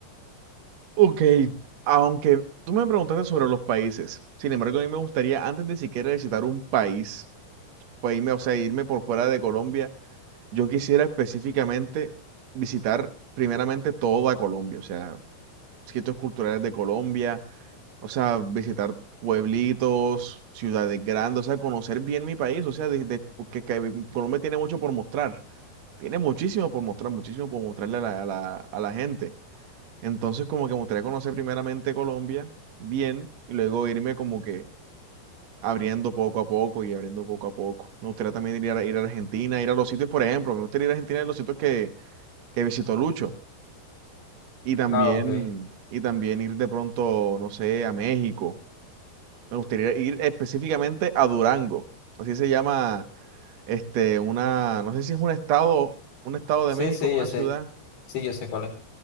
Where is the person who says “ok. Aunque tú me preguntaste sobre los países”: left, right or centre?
Right